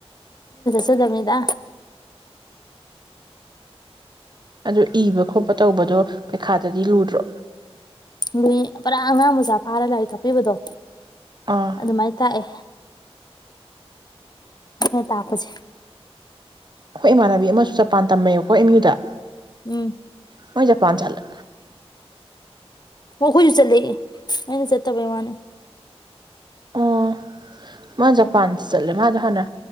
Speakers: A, on the left (about 40°); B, on the right (about 45°).
A: ꯆꯗꯕꯅꯤꯗ
B: ꯑꯗꯨ ꯏꯕ ꯈꯣꯠꯄ ꯇꯧꯕꯗꯣ ꯄꯩꯈꯥ ꯇꯗꯤ ꯂꯨꯗ꯭ꯔꯣ
A: ꯂꯨꯏ ꯄꯨꯔꯥ ꯑꯉꯥꯡ ꯃꯆꯥ ꯐꯥꯔ ꯂꯥꯏꯔꯤꯛ ꯇꯥꯛꯄꯤꯕꯗꯣ
B: ꯑꯥ
A: ꯑꯗꯨꯃꯥꯏ ꯇꯥꯛꯑꯦ ꯑꯩꯅ ꯇꯥꯛꯄꯁꯦ
B: ꯑꯈꯣꯏ ꯏꯃꯥꯟꯅꯕꯤ ꯑꯃꯁꯨ ꯆꯄꯥꯟ ꯇꯝꯃꯦꯕꯀꯣ ꯑꯦꯝ ꯃꯤꯎꯗ
A: ꯎꯝ
B: ꯃꯣꯏ ꯖꯄꯥꯟ ꯆꯂ
A: ꯍꯣ ꯑꯩꯈꯣꯏꯁꯨ ꯆꯠꯂꯦ ꯑꯩꯅ ꯆꯠꯇꯕꯩ ꯋꯥꯅꯦ
B: ꯑꯣ ꯃꯥ ꯖꯄꯥꯟꯗ ꯆꯠꯂꯦ ꯃꯥꯗꯣ ꯑꯩꯒ ꯍꯥꯟꯅ